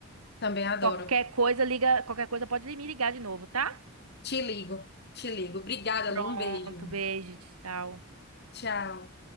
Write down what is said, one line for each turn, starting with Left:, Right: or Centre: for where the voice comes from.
Left: Também adoro.
Right: Qualquer coisa, liga, qualquer coisa pode me ligar de novo, tá?
Left: Te ligo, te ligo. Obrigada,
Right: Pronto,
Left: Lu. Um beijo.
Right: beijo, tchau.
Left: Tchau.